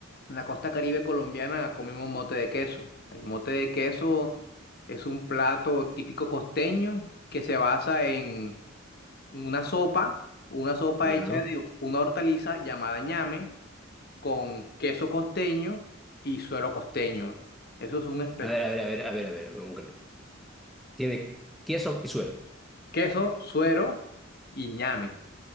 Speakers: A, on the left (about 50°); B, in the centre.
A: en la costa Caribe colombiana, comemos mote de queso. El mote de queso es un plato típico costeño que se basa en una sopa, una sopa
B: Ya.
A: hecha de una hortaliza llamada ñame con queso costeño y suero costeño. Eso es un espe-
B: A ver, a ver, a ver, a ver, a ver. un- Tiene queso y suelo.
A: queso, suero y ñame.